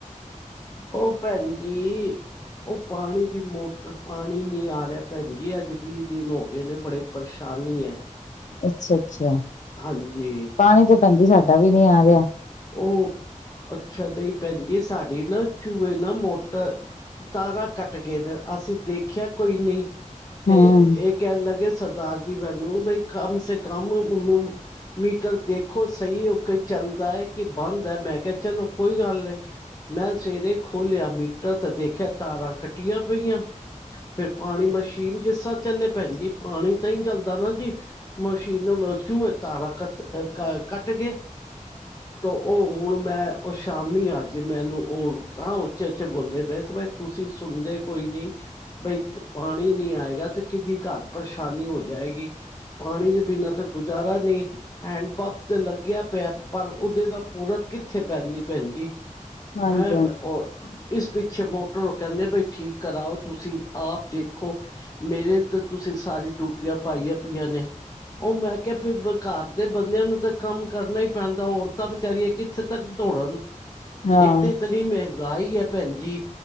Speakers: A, on the left; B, on the left.
A: <unintelligible>
B: ਉਹ, ਭੈਣਜੀ ਜੀ। ਉਹ ਪਾਣੀ ਦੀ ਮੋਟਰ। ਪਾਣੀ ਨੀ ਆ ਰਿਹਾ। ਭੈਣ ਜੀ, ਅੱਜ ਵੀਹ, ਦਿਨ ਹੋ ਗਏ ਨੇ। ਬੜੇ। ਪਰੇਸ਼ਾਨੀ, ਹੈ।
A: ਅੱਛਾ- ਅੱਛਾ।
B: ਹਾਂਜੀ।
A: ਪਾਣੀ ਤੇ, ਭੈਣਜੀ, ਸਾਡਾ ਵੀ, ਨਹੀਂ ਆ ਰਿਹਾ।
B: ਉਹ। ਅੱਛਾ। ਨਹੀਂ ਭੈਣਜੀ, ਸਾਡੀ ਨਾ, ਚੂਹੇ ਨਾ ਮੋਟਰ। ਤਾਰਾਂ ਕੱਟ ਗਏ ਨੇ। ਅਸੀਂ ਦੇਖਿਆ, ਕੋਈ ਨਹੀਂ। ਤੇ,
A: ਹਮ
B: ਇਹ। ਕਹਿਣ ਲੱਗੇ, ਸਰਦਾਰ ਜੀ ਮੈਨੂੰ, ਬਈ ਕਮ ਸੇ ਕਮ ਉਹਨੂੰ। ਮੀਟਰ ਦੇਖੋ ਸਹੀ, ਹੋ ਕੇ ਚੱਲਦਾ ਹੈ। ਕਿ ਬੰਦ ਹੈ, ਮੈਂ ਕਿਹਾ ਚਲੋ, ਕੋਈ ਗੱਲ ਨਹੀਂ। ਮੈਂ ਸਵੇਰੇ ਖੋਲਿਆ ਮੀਟਰ ਤੇ ਦੇਖਿਆ ਤਾਰਾਂ ਕੱਟੀਆਂ ਪਈਆਂ ਫੇਰ ਪਾਣੀ ਮਸ਼ੀਨ ਕਿਸ ਤਰ ਚੱਲੇ ਭੈਣ ਜੀ ਪਾਣੀ ਤਾਂ ਹੀ ਚੱਲਦਾ ਨਾ ਜੀ ਮਸ਼ੀਨ ਚੂਹੇ ਤਾਰਾਂ ਕੱ ਕੱਟ ਗਏ ਤ ਉਹ ਹੁਣ ਮੈਂ ਉਹ ਸ਼ਾਮੀ ਅੱਜ ਮੈਨੂੰ ਉਹ ਤਾਂ ਉੱਚੇ ਉੱਚੇ ਬੋਲਦੇ ਪਏ ਤੁਸੀਂ ਸੁਣਦੇ ਕੋਈ ਨਹੀਂ ਬਈ ਪਾਣੀ ਨਹੀਂੀ ਆਏਗਾ ਤੇ ਕਿਦੀ ਘਰ ਪਰੇਸ਼ਾਨੀ ਹੋ ਜਾਏਗੀ ਪਾਣੀ ਦੇ ਬਿਨਾਂ ਤਾਂ, ਗੁਜ਼ਾਰਾ ਨਹੀਂ। ਹੈਂਡ ਪੰਪ ਤੇ, ਲੱਗਿਆ ਪਿਆ, ਪਰ। ਉਹਦੇ ਤਾਂ, ਪੂਰਤ ਕਿੱਥੇ, ਪੈਂਦੀ। ਭੈਣ ਜੀ,
A: ਹਾਂਜੀ
B: ਹੈਂ,
A: ਹਾਂਜੀ
B: ਰ। ਇਸ ਪਿੱਛੇ, ਮੋਟਰ ਕਹਿੰਦੇ ਪਏ, ਠੀਕ ਕਰਾਓ। ਤੁਸੀਂ ਆਪ ਦੇਖੋ। ਮੇਰੇ ਤਾਂ, ਤੁਸੀਂ ਸਾਰੀ ਡਊਟੀਆਂ ਪਾਈਆਂ- ਪਈਆਂ ਨੇ। ਉਹ, ਮੈਂ ਕਿਹਾ। ਫੇਰ ਘਰ ਦੇ ਬੰਦਿਆਂ ਨੂੰ, ਤਾਂ ਕੰਮ ਕਰਨਾ ਹੀ, ਪੈਂਦਾ। ਔਰ। ਤਾਂ ਵਿਚਾਰੀਏ, ਕਿੱਥੇ ਤੱਕ ਦੌੜਨ।
A: ਹਾਂ
B: ਇੱਕ ਤਾਂ ਇਤਨੀ ਮਹਿੰਗਾਈ ਹੈ। ਭੈਣਜੀ।